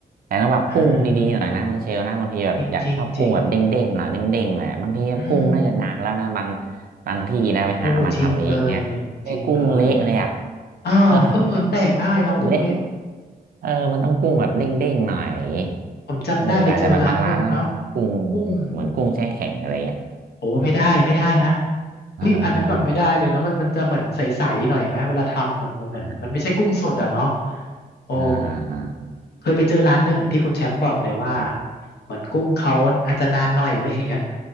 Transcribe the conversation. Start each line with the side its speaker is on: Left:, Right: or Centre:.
Right: แต่ต้องแบบกุ้งดีๆหน่อยนะคุณเชลนะบางทีแบบอยากชอบกุ้งแบบเด้งๆหน่อยเด้งๆหน่อยบางทีกุ้งน่าจะหนักแล้วนะบาง
Left: อ่าจริงจริงจริง อืม
Right: บางที่นะไปหามาทำเองเนี่ยไอ้กุ้งเละเลยอ่ะ
Left: โอ้จริงเลยเนี่ยจริงเลย อ่า
Right: เออ
Left: เออแปลกมากเลยเนาะกุ้งเละ
Right: กุ้งเละเออมันต้องกุ้งแบบเด้งๆหน่อย
Left: ผมจำได้ไปเจอร้านหนึ่งเนาะ
Right: เอออาจจะแบบบางร้านก็กุ้ง
Left: กุ้ง
Right: เหมือนกุ้งแช่แข็งอะไรเงี้ย
Left: โอ้ไม่ได้ไม่ได้นะ
Right: <laughs> เออเอ
Left: เฮ้ยอันนั้นแบบไม่ได้เลยเนาะมันมันจะเหมือนใสๆหน่อยไหมเวลาทำเหมือนเหมือนมันไม่ใช่กุ้งสดอ่ะเนาะ
Right: อ
Left: โอ้
Right: อ่าอ่าอ่าอ่า
Left: เคยไปเจอร้านหนึ่งเหมือนที่คุณแชมป์บอกเลยว่า
Right: ครับ
Left: เหมือนกุ้งเขาอาจจะนานหน่อยอะไรอย่างเงี้ย